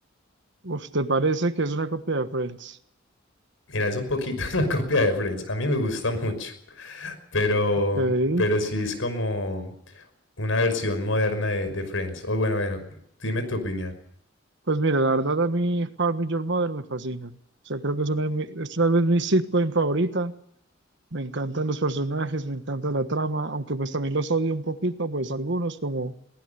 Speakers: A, on the right; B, on the left.
A: Uf, ¿te parece que es una copia de Friends?
B: Mira, es un poquito <laughs> una copia de Friends. A mí me gusta mucho, pero,
A: Ok.
B: pero sí es como una versión moderna de, de Friends. O bueno, bueno, dime tu opinión.
A: Pues mira, la verdad a mí How I Met Your Mother me fascina. O sea, creo que es una de mi- es tal vez mi sitcom favorita. Me encantan los personajes, me encanta la trama, aunque pues también los odio un poquito, pues algunos como...